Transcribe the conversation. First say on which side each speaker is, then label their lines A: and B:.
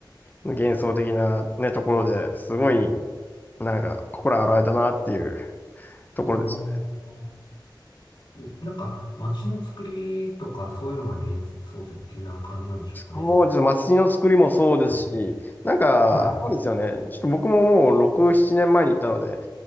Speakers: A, on the left; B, on the left.
A: 幻想的なね、ところですごい、なんか、心洗われたなっていうところです。
B: うんああうん、なんか、街の作りとか、そういうのが幻想的な感じなんでしょうかね。
A: そうです。街の作りもそうですし、
B: はい。
A: なんか、
B: はい。
A: あれなんですよね。ちょっと僕ももう6、7年前に行ったので、